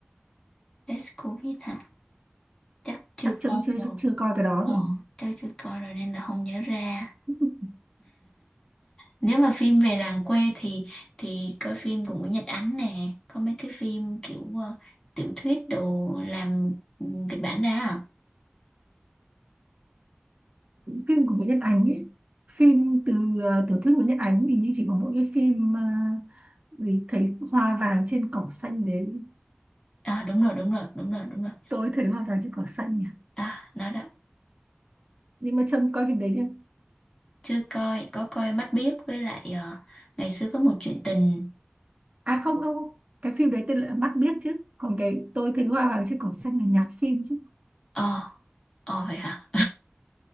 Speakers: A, on the left; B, on the right.
A: test Covid hả? Chắc chưa
B: chắc chấm
A: coi
B: chưa
A: rồi.
B: chắc chưa coi cái đó
A: Ờ,
B: rồi
A: chắc chưa coi rồi nên là không nhớ ra.
B: <laughs>
A: nếu mà phim về làng quê thì thì coi phim cũng của Nguyễn Nhật Ánh nè có mấy cái phim kiểu ờ, tiểu thuyết đồ làm ừ, kịch bản ra à
B: phim của Nguyễn Nhật Ánh ấy phim từ ờ, tiểu thuyết Nguyễn Nhật Ánh thì như chỉ có mỗi cái phim ờ, gì thấy hoa vàng trên cỏ xanh đấy
A: Ờ, đúng rồi đúng rồi đúng rồi đúng rồi
B: tôi thấy hoa vàng trên cỏ xanh nhỉ
A: à nó đó
B: nhưng mà Trâm coi phim đấy chưa
A: chưa coi có coi Mắt Biếc với lại ờ, ngày xưa có một chuyện tình
B: à không không cái phim đấy tên là mắt biết chứ còn cái tôi thấy hoa vàng trên cỏ xanh là nhạc phim chứ
A: ờ ờ vậy hả